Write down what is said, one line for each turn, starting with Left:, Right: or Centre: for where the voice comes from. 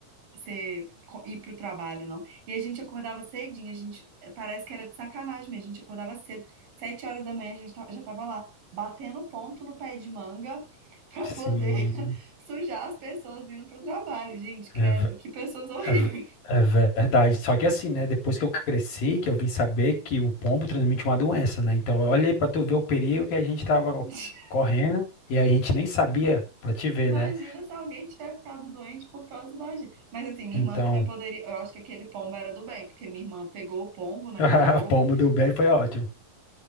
Right: você co- ir pro trabalho, não. E a gente acordava cedinho, a gente eh, parece que era de sacanagem, mas a gente acordava cedo, sete horas da manhã a gente ta- já tava lá batendo ponto no pé de manga pra
Left: sim,
Right: poder <laughs> sujar as pessoas indo pro trabalho, gente, credo,
Left: é
Right: que pessoas horríveis.
Left: É ve- é verdade. Só que assim, né? Depois que eu cresci, que eu vim saber que o pombo transmite uma doença, né? Então, olha aí pra tu ver o perigo que a gente tava
Right: <laughs>
Left: correndo e a gente nem sabia pra te ver,
Right: Imagina
Left: né?
Right: se alguém tiver ficado doente por causa da gente. Mas assim, minha
Left: Então,
Right: irmã também poderia. Eu acho que aquele pombo era do bem, porque minha irmã pegou o pombo, né,
Left: <laughs>
Right: na mão.
Left: pombo do bem foi ótimo.